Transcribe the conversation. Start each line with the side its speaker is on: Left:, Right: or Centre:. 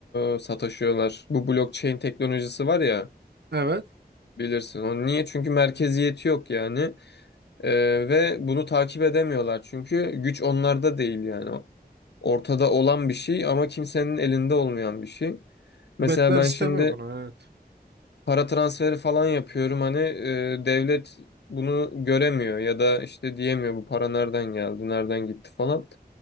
Left: e, sataşıyorlar. Bu blockchain teknolojisi var ya
Right: Evet.
Left: bilirsin. Onu niye? Çünkü merkeziyeti yok yani. E, ve bunu takip edemiyorlar. Çünkü güç onlarda değil yani. Ortada olan bir şey ama kimsenin elinde olmayan bir şey.
Right: Hükümetler
Left: Mesela ben
Right: istemiyor
Left: şimdi
Right: bunu evet.
Left: para transferi falan yapıyorum hani e, devlet bunu göremiyor ya da işte diyemiyor bu para nereden geldi, nereden gitti falan.